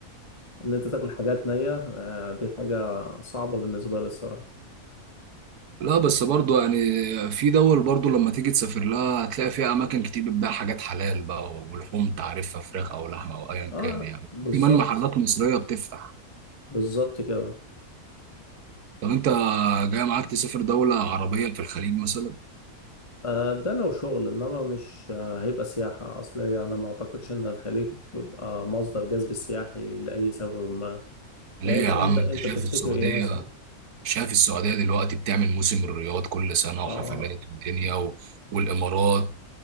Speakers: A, on the left (about 20°); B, on the right (about 80°).
A: إن أنت تاكل حاجات نية آه، دي حاجة صعبة بالنسبة لي الصراحة
B: لا بس برضو يعني في دول برضو لما تيجي تسافر لها هتلاقي فيها اماكن كتير بتبيع حاجات حلال بقى ولحوم تعرفها فراخ او لحمه او ايا
A: اه
B: كان يعني
A: بالظبط
B: كمان محلات مصريه بتفتح
A: بالظبط كده
B: طب انت جاي معاك تسافر دوله عربيه في الخليج مثلا
A: آه، ده لو شغل انما مش آه، هيبقى سياحة اصل يعني ما اعتقدش ان الخليج بيبقى مصدر جذب سياحي لأي سبب ما
B: ليه
A: يعني انت
B: يا
A: انت
B: عم
A: انت
B: انت شايف
A: تفتكر
B: السعوديه
A: ايه مثلا
B: شايف السعوديه دلوقتي بتعمل موسم الرياض كل سنه
A: اه
B: وحفلات ودنيا و... والامارات